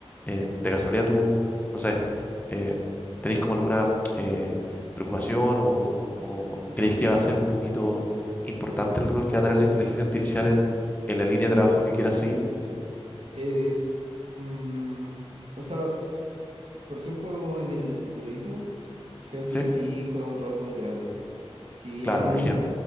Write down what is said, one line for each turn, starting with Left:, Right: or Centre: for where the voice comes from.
Left: Eh, de casualidad tú, no sé, eh, ¿tenéis como alguna eh, preocupación o, o creéis que va a ser un poquito importante el rol que va a tener la inteligencia artificial en, en la línea de trabajo que quieras seguir? ¿Sí?
Right: Es, mm, o sea, Por ejemplo, en el periodismo, creo
Left: ¿Sí?
Right: que sí juega un rol muy grande. Si bien
Left: Claro, me imagino.